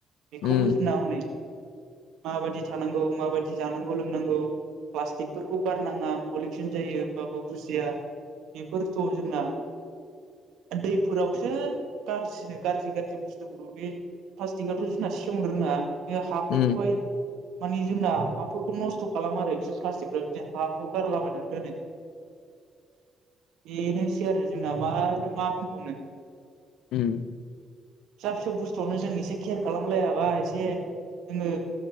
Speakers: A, on the right (about 85°); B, on the left (about 80°).
A: बेखौबो
B: उम
A: जोंना हनै माबायदि थानांगौ माबायदि जानांगौ लोंनांगौ प्लास्टिकफोरखौ गारनाङा पलिउसन जायो होमबाबो बुजिया बेफोरथ' जोंना दैफोरावसो ग्रिसिनो गाज्रि गाज्रि बुस्थुफोरखौ बे प्लास्टिकआथ' जोंना सेवनो रोङा हाफोरखौहाय
B: उम
A: मानि जोंना हाफोरखौ नस्थ' खालाम आरो एस प्लास्टिक बिदि हाखौव गारलाबाय नन्दनोै बेनोसै आरो जोंना मा मा होनबावनो
B: ओम
A: फिसा फिसौ बुस्थुआवनो जों एसे केयार खालामलायाबा एसे जोङो